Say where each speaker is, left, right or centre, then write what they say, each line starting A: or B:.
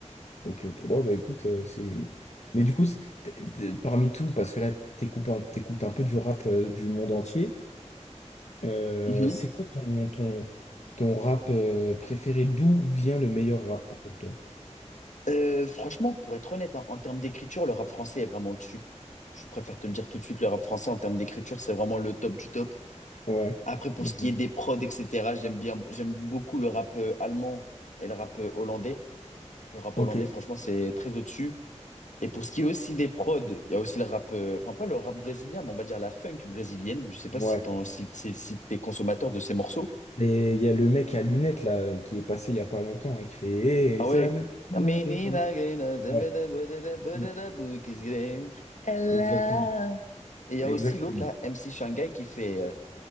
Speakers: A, on the left (about 70°); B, on the left (about 85°).
A: Ok, ok. Bon, bah écoute, euh, c'est. Mais du coup, c'est- t'es- t'es- parmi tout, parce que là, t'écoutes un, t'écoutes un peu du rap euh, du monde entier, euh,
B: Mhm.
A: c'est quoi ton, ton, ton rap euh, préféré? D'où vient le meilleur rap pour toi?
B: Euh, franchement, pour être honnête, hein, en termes d'écriture, le rap français est vraiment au-dessus. Je préfère te le dire tout de suite, le rap français en termes d'écriture, c'est vraiment le top du top.
A: Ouais.
B: Après, pour
A: Mhm.
B: ce qui est des prods, etc., j'aime bien, j'aime beaucoup le rap euh, allemand et le rap euh, hollandais. Le rap
A: Ok.
B: hollandais, franchement, c'est très au-dessus. Et pour ce qui est aussi des prods, il y a aussi le rap, euh, enfin pas le rap brésilien, mais on va dire la funk brésilienne. Je sais pas
A: Ouais.
B: si t'en, si, si, si t'es consommateur de ces morceaux.
A: Et il y a le mec à lunettes, là, euh, qui est passé il y a pas longtemps, hein, qui fait
B: Ah
A: Eh, ça
B: ouais.
A: me- il
B: A menina
A: avait-
B: grena, zambada,
A: Ouais.
B: bodada, bodada,
A: Mm.
B: bukis green. Ella.
A: Exactement.
B: Et il y a
A: Exactement.
B: aussi l'autre là, MC Shanghai, qui fait euh,